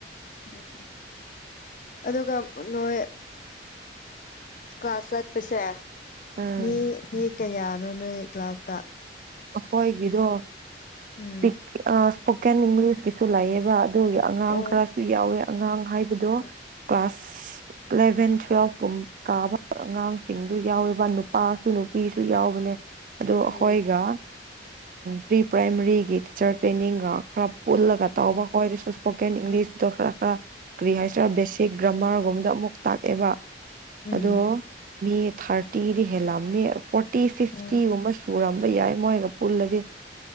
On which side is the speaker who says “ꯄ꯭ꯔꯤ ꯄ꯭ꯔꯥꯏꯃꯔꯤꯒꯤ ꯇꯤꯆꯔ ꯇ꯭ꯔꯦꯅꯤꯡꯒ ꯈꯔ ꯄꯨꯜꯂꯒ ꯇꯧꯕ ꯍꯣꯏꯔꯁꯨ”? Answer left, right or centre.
Right